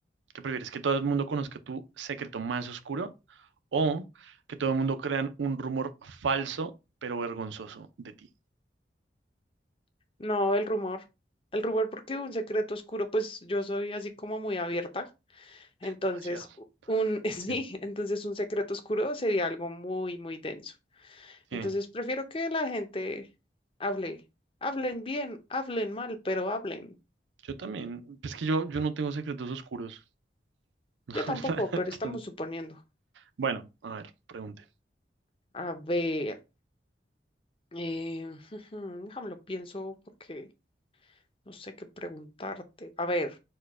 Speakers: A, on the right; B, on the left.
A: qué prefieres? ¿Que todo el mundo conozca tu secreto más oscuro o que todo el mundo crean un rumor falso pero vergonzoso de ti?
B: No, el rumor. El rumor, porque un secreto oscuro, pues yo soy así como muy abierta. Entonces,
A: Demasiado.
B: u- un, <laughs> sí,
A: Sí,
B: entonces un secreto oscuro sería algo muy, muy denso.
A: sí.
B: Entonces, prefiero que la gente hable. Hablen bien, hablen mal, pero hablen.
A: Yo también. Es que yo, yo no tengo secretos oscuros. <laughs> La
B: Yo tampoco,
A: verdad,
B: pero
A: Entonces,
B: estamos suponiendo.
A: bueno, a ver, pregunte.
B: A ver. Eh, <laughs> déjame lo pienso porque no sé qué preguntarte. A ver,